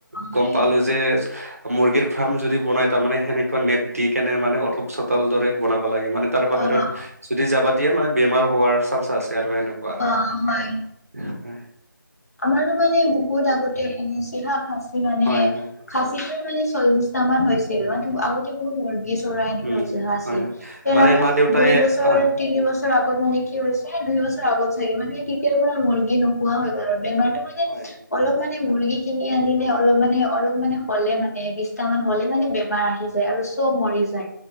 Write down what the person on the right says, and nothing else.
গম
পালো যে। মুৰ্গীৰ ফাৰ্ম যদি বনাই তাৰ মানে সেনেকুৱা নেট দি কেনে মানে অলপ চতাল দৰে বনাব লাগে মানে। তাৰ বাহিৰত
যদি যাবা দিয়ে মানে বেমাৰ হোৱাৰ চানছ আছে আৰু সেনেকুৱা।
<unintelligible> <inaudible>
হয় হয়
উম
উম,
হয় হয়
মানে মা দেউতাই
হয় হয়
হয় হয়